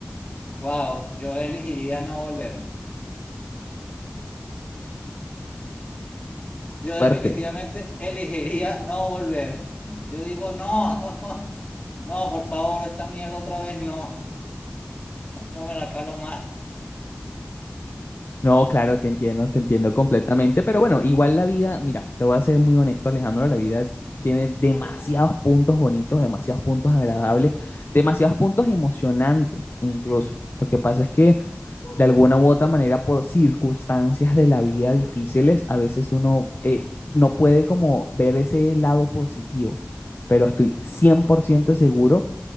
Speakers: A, on the left; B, on the left.
A: Wow, yo elegiría no volver. Yo
B: Fuerte.
A: definitivamente elegiría no volver. Yo digo, no, <laughs> no, por favor, esta mierda otra vez no, no me la calo más.
B: No, claro, te entiendo, te entiendo completamente, pero bueno, igual la vida, mira, te voy a ser muy honesto, Alejandro, la vida es- tiene demasiados puntos bonitos, demasiados puntos agradables, demasiados puntos emocionantes incluso. Lo que pasa es que de alguna u otra manera por circunstancias de la vida difíciles, a veces uno eh, no puede como ver ese lado positivo, pero estoy 100% seguro